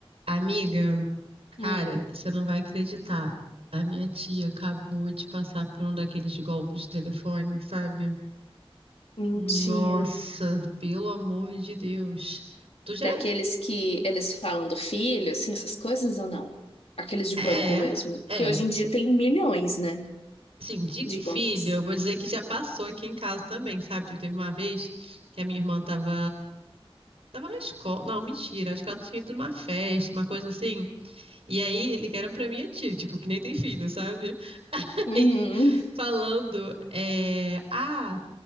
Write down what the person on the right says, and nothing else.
Amiga, cara,
você não vai acreditar. A minha tia acabou de passar por um daqueles golpes de telefone, sabe?
Nossa, pelo amor de Deus. Tu já.
É,
é.
Assim, de
filho,
eu vou dizer que já passou aqui em casa também, sabe? Tipo, teve uma vez que a minha irmã tava. Tava na escola. Não, mentira. Acho que ela tinha ido numa festa, uma coisa assim. E aí ligaram pra minha tia, tipo, que nem tem filho, sabe?
E falando, é, ah,